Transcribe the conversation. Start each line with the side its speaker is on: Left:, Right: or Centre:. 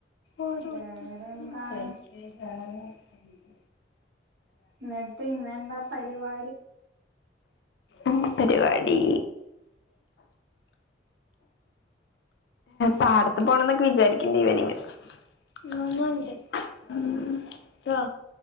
Left: ഓര്
Right: വേറെ
Left: ഉച്ചത്ത
Right: എന്താണ്
Left: <unintelligible> <inaudible>
Right: എന്നിട്ട് ഇന്ന് എന്താ പരിപാ
Left: എന്ത് പരിപാടി പാടത്ത് പോണം എന്ന്ക്കെ വിചാരിക്കണ്ടി ഇവനിംങ്ങ് ഞനു ഒണ്ട് മം ന്താ